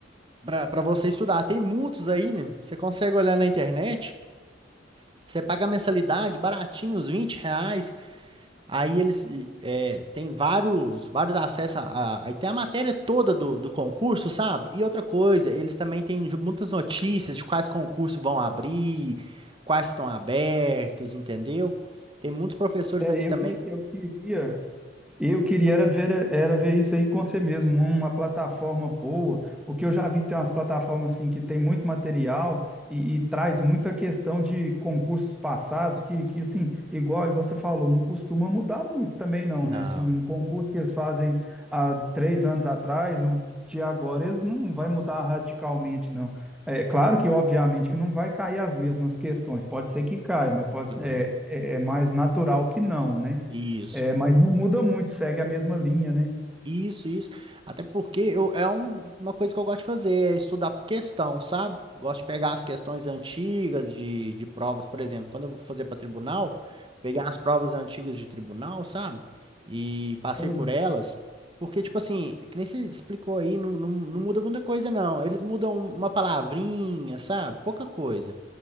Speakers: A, on the right; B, in the centre.
A: para você estudar. Tem muitos aí, né? Você consegue olhar na internet, você paga a mensalidade baratinho, uns 20 reais. Aí eles eh, tem vários, vários acessos a, a- aí tem a matéria toda do, do concurso, sabe? E outra coisa, eles também têm ju- muitas notícias de quais concursos vão abrir, quais estão abertos, entendeu? Tem muitos professores
B: É,
A: ali
B: eu
A: também.
B: que eu queria. Eu queria era ver, era ver isso aí com você mesmo, uma plataforma boa, porque eu já vi que tem umas plataformas assim que tem muito material e, e traz muita questão de concursos passados, que, que assim, igual, igual você falou, não costuma mudar muito também não,
A: Não,
B: né? Assim, um concurso que eles fazem há três anos atrás, o de agora eles não vai mudar radicalmente, não. É claro que, obviamente, que não vai cair as mesmas questões, pode ser que caia, mas pode,
A: Uhum.
B: é, é mais natural que não, né?
A: isso.
B: É, mas não muda muito, segue a mesma linha, né?
A: Isso, isso. Até porque eu, é um- uma coisa que eu gosto de fazer, é estudar por questão, sabe? Gosto de pegar as questões antigas de, de provas, por exemplo, quando eu vou fazer para tribunal, pegar as provas antigas de tribunal, sabe? E passei
B: Sei.
A: por elas. Porque, tipo assim, que nem você explicou aí, não, não, não muda muita coisa, não. Eles mudam uma palavrinha, sabe? Pouca coisa.